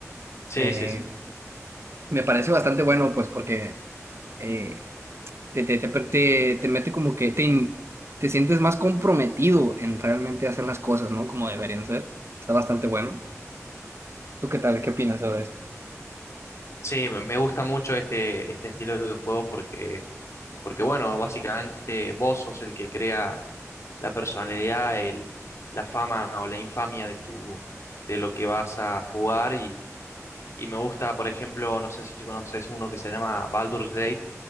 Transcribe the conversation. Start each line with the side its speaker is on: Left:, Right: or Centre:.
Left: Sí,
Right: Eh,
Left: sí, sí.
Right: me parece bastante bueno, pues, porque eh, te, te, te, te- te mete como que te, in- te sientes más comprometido en realmente hacer las cosas, ¿no? Como deberían ser. Está bastante bueno. ¿Tú qué tal? ¿Qué opinas sobre esto?
Left: Sí, me me gusta mucho este, este estilo de videojuegos porque, porque, bueno, básicamente vos sos el que crea la personalidad, el, la fama o la infamia de tu, de lo que vas a jugar y, y me gusta, por ejemplo, no sé si conoces uno que se llama Baldur's Gate,